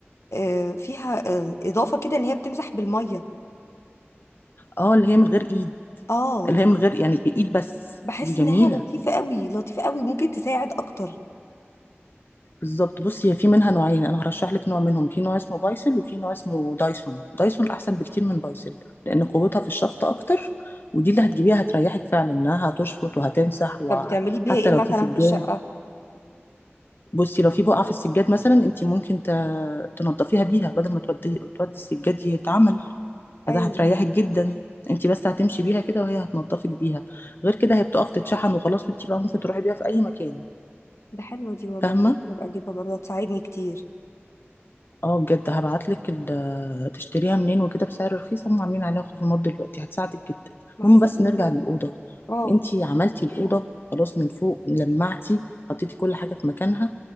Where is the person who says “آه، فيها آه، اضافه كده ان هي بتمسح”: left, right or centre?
Left